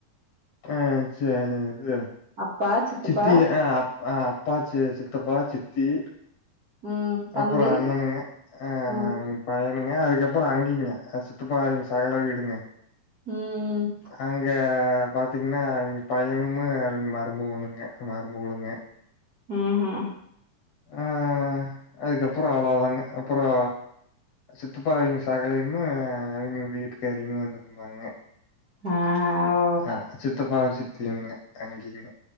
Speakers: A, on the left; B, on the right.
A: ஆ ச இது
B: அப்பா, சித்தப்பா,
A: சித்தி ஆ அப் ப்பாச்சி சித்தப்பா சித்தி
B: ம். தம்பி.
A: அப்புற அண்ணனுங்க ஆங்
B: ம்,
A: பையனுங்க அதுக்கப்புற அங்கிங்க அ சித்தப்பா எங்க சகல வீடுங்க
B: ம் ம்
A: அங்க பாத்திங்கன்னா அவிங்க பையனும் அவிங்க மருமவணுங்க மருமவளுங்க
B: ம் ஹ
A: ஆ அதுக்கப்புற அவ்வளோ தாங்க அப்புறோ சித்துப்பா அவிங்க சகலுயும் அவிங்க வீட்டுக்காரவிங்க வந்துருந்தாங்க
B: ஆஹ
A: ஆ சித்தப்பா சித்திங்க தங்கிங்க